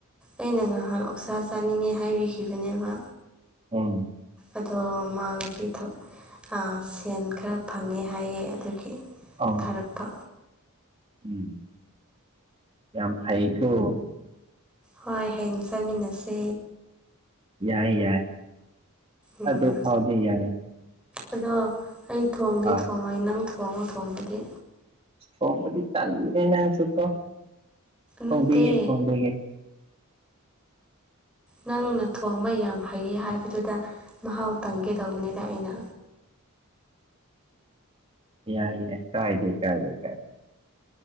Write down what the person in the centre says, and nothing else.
ꯑꯩꯅ ꯉꯍꯥꯟ ꯑꯣꯛꯁꯥ ꯆꯥꯅꯤꯡꯉꯦ ꯍꯥꯏꯕꯤꯈꯤꯕꯅꯦꯕ꯫
ꯑꯗꯣ ꯃꯥ ꯉꯁꯤ ꯊ ꯑ ꯁꯦꯟ ꯈꯔ ꯐꯪꯉꯦ ꯍꯥꯏꯌꯦ ꯑꯗꯨꯒꯤ꯫
ꯊꯥꯔꯛꯄ
ꯍꯣꯏ ꯍꯌꯦꯡ ꯆꯃꯤꯟꯅꯁꯦ꯫
ꯎꯝ
ꯑꯗꯣ ꯑꯩ ꯊꯣꯡꯗꯤ
ꯊꯣꯡꯉꯣꯏ ꯅꯪ ꯊꯣꯡꯉꯣ ꯊꯣꯡꯕꯗꯤ
ꯅꯠꯇꯦ
ꯅꯪꯅ ꯊꯣꯡꯕ ꯌꯥꯝ ꯍꯩꯌꯦ ꯍꯥꯏꯕꯗꯨꯗ ꯃꯍꯥꯎ ꯇꯪꯒꯦ ꯇꯧꯕꯅꯤꯗ ꯑꯩꯅ꯫